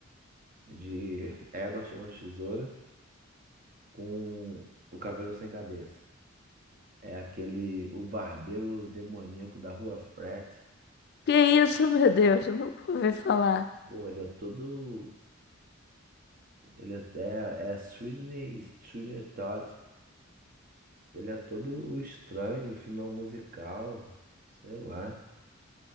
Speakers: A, on the right; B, on the left.
A: de <laughs> Edward Mãos de Tesoura com o Cavaleiro Sem Cabeça. É aquele, o barbeiro demoníaco da rua Frat.
B: Que isso, meu Deus, Eu nunca ouvi falar.
A: Pô, ele é todo. Ele é, é, é Sweeney, Sweeney Todd. Ele é todo estranho. O filme é um musical. Sei lá.